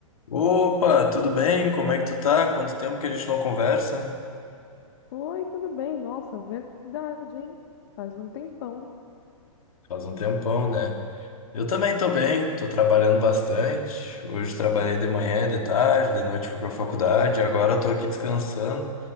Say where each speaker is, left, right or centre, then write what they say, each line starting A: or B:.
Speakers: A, on the left; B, on the left.
A: Opa, tudo bem? Como é que tu tá? Quanto tempo que a gente não conversa?
B: Oi, tudo bem? Nossa, verdade, hein? Faz um tempão.
A: Faz um tempão, né? Eu também tô bem, tô trabalhando bastante. Hoje trabalhei de manhã, de tarde, de noite fui pra faculdade. Agora tô aqui descansando,